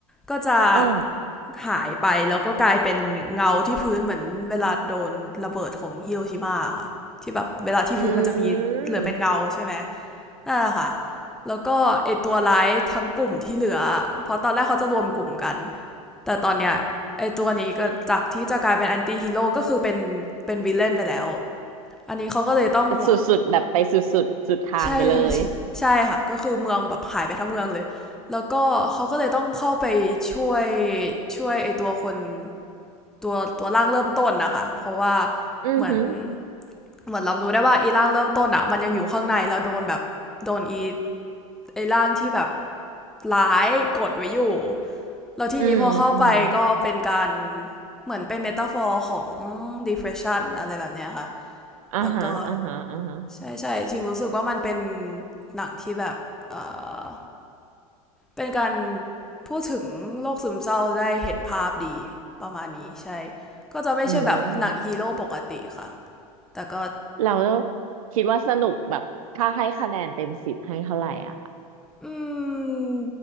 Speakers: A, in the centre; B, on the right.
A: ก็จะ
B: อ่า
A: หายไปแล้วก็กลายเป็นเงาที่พื้นเหมือนเวลาโดนระเบิดของฮิโรชิมาค่ะที่แบบเวลาที่พื้นมันจะมีเหลือเป็นเงาใช่ไหม
B: อืม
A: นั่นแหละค่ะแล้วก็ไอตัวร้ายทั้งกลุ่มที่เหลือเพราะตอนแรกเขาจะรวมกลุ่มกันแต่ตอนเนี้ยไอตัวนี้ก็จากที่จะกลายเป็นแอนตี้ฮีโร่ก็คือเป็นเป็นวิลเลนไปแล้วอันนี้เขาก็เลยต้อง
B: สุดๆแบบไปสุดๆสุดทางไปเลย
A: ใช่ใช่ใช่ค่ะก็คือเมืองแบบหายไปทั้งเมืองเลยแล้วก็เขาก็เลยต้องเข้าไปช่วยช่วยไอตัวคน ตัวตัวร่างเริ่มต้นนะคะเพราะว่า
B: อือหือ
A: เหมือนเหมือนเรารู้ได้ว่าอีร่างเริ่มต้นอ่ะมันยังอยู่ข้างในแล้วโดนแบบโดนอีไอร่างที่แบบร้ายกดไว้อยู่แล้วที่นี้พอเข้าไปก็เป็นการ
B: อืมอืม
A: เหมือนเป็นเมตาฟอร์ของ depression อะไรแบบเนี้ยค่ะ
B: อ่าฮะอ่าฮะอ่าฮะ
A: แล้วก็ใช่ใช่ชิงรู้สึกว่ามันเป็นหนังที่แบบเออเป็นการพูดถึงโรคซึมเศร้าได้เห็นภาพดีประมาณนี้ใช่ก็จะไม่ใช่แบบหนังฮีโร่ปกติค่ะ
B: อืม
A: แต่ก็
B: เราคิดว่าสนุกแบบถ้าให้คะแนนเต็มสิบให้เท่าไหร่อะค่ะ
A: อืม